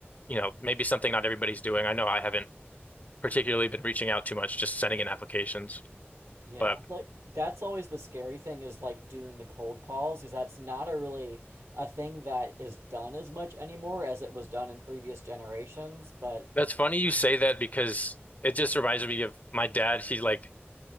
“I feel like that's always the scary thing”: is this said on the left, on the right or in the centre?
Right